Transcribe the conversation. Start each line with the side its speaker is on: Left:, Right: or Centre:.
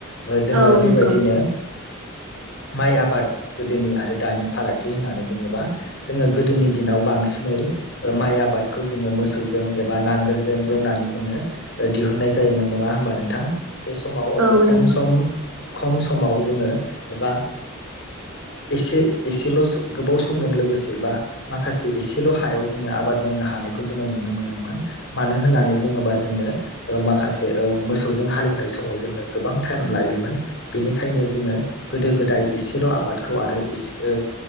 Left: ओ जोङो
Right: औ
Left: बेबायदिनो
Right: नंगौ
Left: माइ आबाद गोदोनि आरो दानि फारागथि होननानै बुङोबा जोङो गोदोनि दिनाव बांसिनै ओ माइ आबादखौ जोङो मोसौजों एबा नांगोलजों एवनानै जोङो दिहुनननाय जायोमोन नङा होमबा नोंथां? बे समाव
Right: औ
Left: खम
Right: नंगौ
Left: सम खम समाव जोङो एबा एसे एसेल' गोबाव समजों लोगोसे बा माखासे एसेल' हायाव जोङो आबाद मावनो हानायखौ जोङो नुनो मोनोमोन मानो होननानै बुङोबा जोंनो ओ माखासे ओ मोसौजों हालेवनाय समाव जोङो गोबां टाइम लायोमोन बेनिखायनो जोङो गोदो गोदाय एसेल' आबादखौ आरो इसे ओ